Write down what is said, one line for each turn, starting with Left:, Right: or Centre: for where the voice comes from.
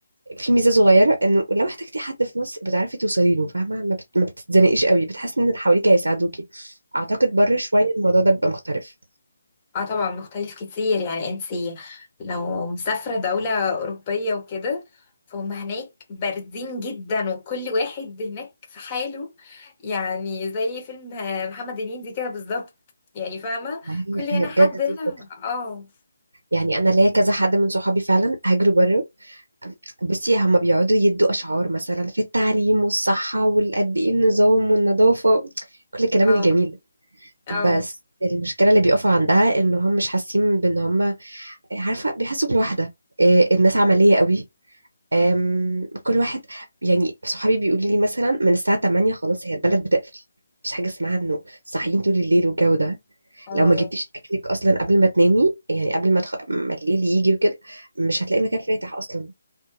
Right: في ميزه صغيره انه لو احتجتي حد في مصر بتعرفي توصلي له فاهمه ما, بت... ما بتتزنقيش قوي بتحسي ان اللي حواليك هيساعدوكي اعتقد بره شويه الموضوع ده بيبقى مختلف
Left: اه طبعا مختلف كتير يعني انت لو مسافرة دولة أوروبية وكده فهم هناك باردين جدا وكل واحد هناك في حاله يعني زي فيلم محمد هنيدي كده بالظبط يعني فاهمة
Right: ما هي
Left: كل هنا
Right: هي بجد
Left: حد هنا
Right: دي الفكره
Left: اه
Right: يعني انا ليا كذا حد من صحابي فعلا هاجروا بره بصي هما بيقعدوا يدوا أشعار مثلا في التعليم والصحة والقد إيه النظام والنظافة كل الكلام
Left: اه
Right: الجميل ده.
Left: اه
Right: بس المشكلة اللي بيقفوا عندها إن هم مش حاسين بإن هم عارفة بيحسوا بالوحدة إيه، الناس عملية قوي أم، كل واحد يعني صحابي بيقولوا لي مثلا من الساعة 8 خلاص هي البلد بتقفل مفيش حاجة اسمها إنه صاحيين طول الليل والجو ده
Left: اه
Right: لو ما جبتيش أكلك أصلا قبل ما تنامي يعني قبل ما, تخ... ما الليل يجي وكده مش هتلاقي مكان فاتح أصلا